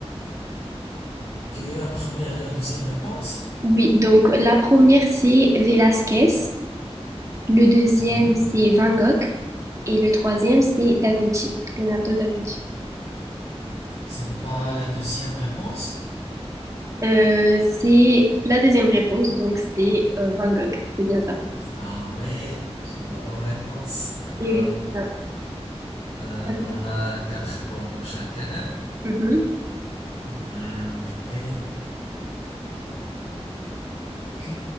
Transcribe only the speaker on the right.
Oui, donc la première, c'est Velázquez. Le deuxième,
c'est Van Gogh. Et le troisième, c'est Da Vinci, Leonardo da Vinci.
Euh, c'est la deuxième réponse, donc c'est euh, Van Gogh. C'est bien ça.
Et oui, c'est ça.
D'accord.
Mhm.